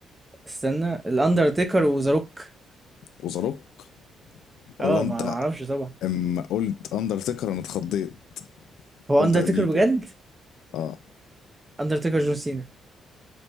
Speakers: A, on the right (about 20°); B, on the left (about 80°).
A: استنى الاندرتيكر وذا روك
B: وزاروك والله
A: اه
B: انت
A: ما ما اعرفش طبعا
B: اما قلت اندرتيكر انا اتخضيت
A: هو
B: قلت
A: اندرتيكر
B: هتجيبه
A: بجد
B: اه
A: اندرتيكر جون سينا